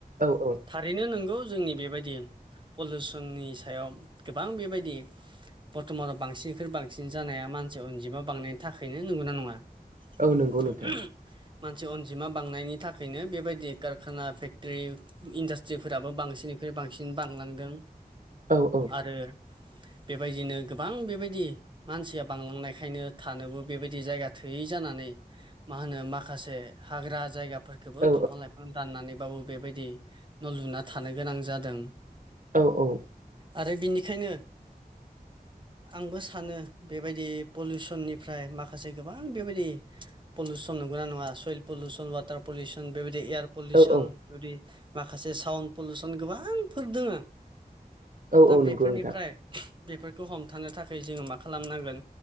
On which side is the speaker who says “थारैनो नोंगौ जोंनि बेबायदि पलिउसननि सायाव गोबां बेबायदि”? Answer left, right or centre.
Right